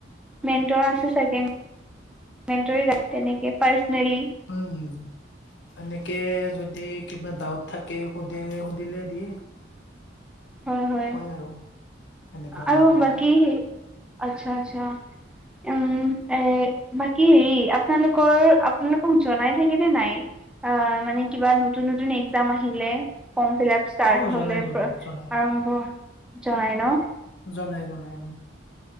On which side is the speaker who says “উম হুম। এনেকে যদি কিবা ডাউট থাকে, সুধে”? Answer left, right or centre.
Left